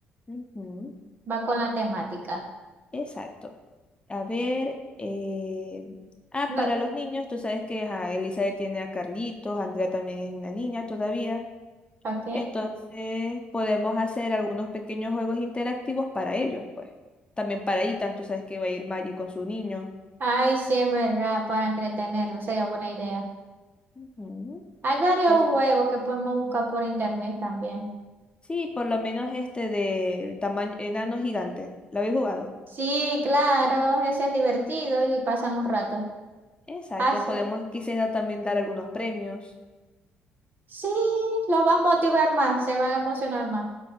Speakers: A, on the left (about 25°); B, on the right (about 45°).
A: Ujú,
B: Va con la temática.
A: exacto. A ver, eh, ah,
B: No,
A: para los niños, tú sabes que ajá, Elizabeth tiene a Carlitos, Andrea también es una niña todavía.
B: ¿para
A: Entonces podemos hacer algunos pequeños juegos interactivos para ellos, pues. También para Ethan, tú sabes que va a ir Maggie con su niño.
B: Ay, sí, es verdad, para entretenerlo, sería buena idea.
A: Ujú.
B: Hay varios
A: Pues,
B: juegos que podemos buscar por internet también.
A: sí, por lo menos este de tamaño enano gigante. ¿Lo habéis jugado?
B: Sí, claro, ese es divertido y pasan un rato.
A: Exacto,
B: Hace-
A: podemos quisiera también dar algunos premios.
B: Sí, los va a motivar más, se van a emocionar más.